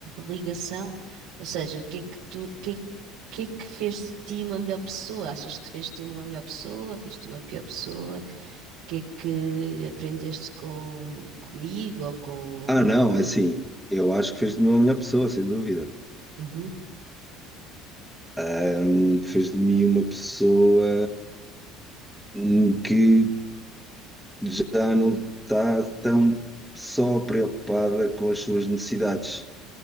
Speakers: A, on the right; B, in the centre.
A: ligação. Ou seja, o que é que tu, o que é que o que é que fez de ti uma melhor pessoa? Achas que fez de ti uma melhor pessoa? Fez de ti uma pior pessoa? que é que aprendeste com, comigo ou com.
B: Ah, não,
A: co-
B: é assim, eu acho que fez de mim uma melhor pessoa, sem dúvida.
A: Uhum,
B: Hum, Fez de mim uma pessoa hum, que já não está tão só preocupada com as suas necessidades.